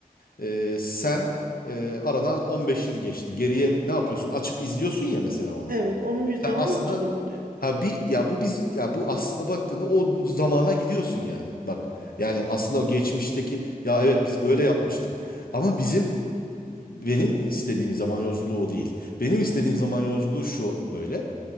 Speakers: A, on the left; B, on the right.
A: E, sen e, aradan 15 yıl geçti. Geriye ne yapıyorsun? Açıp izliyorsun ya mesela onu.
B: Evet. Onun bir
A: Sen
B: zaman
A: aslında
B: yolculuğu mu diyor.
A: Ha bir ya bu biz ya bu aslında baktığında o zamana gidiyorsun yani. Bak yani aslında o geçmişteki ya evet biz böyle yapmıştık. Ama bizim benim istediğim zaman yolculuğu o değil. Benim istediğim zaman yolculuğu şu böyle.